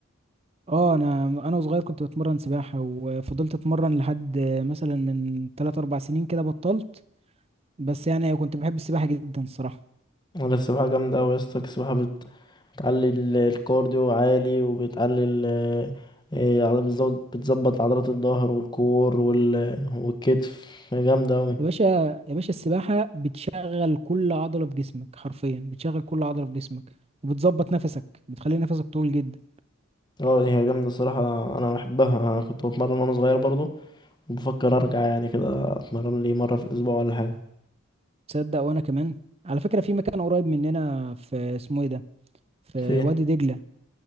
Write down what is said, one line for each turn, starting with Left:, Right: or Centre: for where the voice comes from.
Right: اه انا انا وصغير كنت بتمرن سباحة وفضلت اتمرن لحد مثلا من 3 4 سنين كده بطلت بس يعني كنت بحب السباحة جدا الصراحة
Left: ولا السباحة جامدة اوي يا اسطى السباحة بتعلي ال- الكارديو عالي وبتعلي ال إيه، عضل- بتزود- بتظبط عضلات الظهر والكور وال- والكتف هي جامدة أوي
Right: يا باشا يا باشا السباحة بتشغل كل عضلة في جسمك حرفيا بتشغل كل عضلة في جسمك وبتظبط نفسك بتخلي نفسك طويل جدا
Left: اه هي جامدة الصراحة أنا بحبها أنا كنت بتمرن وأنا صغير برضو وبفكر أرجع يعني كده أتمرن لي مرة في الأسبوع ولا حاجة
Right: تصدق وانا كمان على فكرة في مكان قريب مننا في اسمه ايه ده في
Left: فين
Right: وادي دجلة